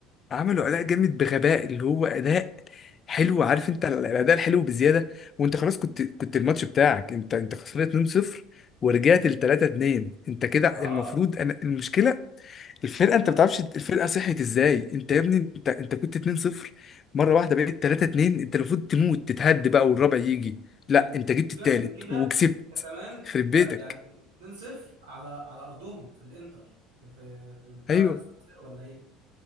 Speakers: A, on the left; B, on the right.
A: عملوا اداء جامد بغباء اللي هو اداء حلو عارف انت الاداء الحلو بزياده وانت خلاص كنت كنت الماتش بتاعك انت انت خسران 2-0 ورجعت ل 3-2 انت كده
B: اه
A: المفروض انا المشكله الفرقه انت
B: ده-
A: ما بتعرفش الفرقه صحيت ازاي انت يا ابني انت انت كنت 2-0 مره واحده بقيت 3-2 انت المفروض تموت تتهد بقى والرابع يجي
B: وال-
A: لا انت جبت
B: وسيبك
A: التالت
B: من كده
A: وكسبت
B: ده كمان
A: خرب
B: تا-
A: بيتك
B: يعني 2-0 على على ارضهم في الانتر في في في بتاع
A: ايوه
B: ده في السان سيرو ولا ايه؟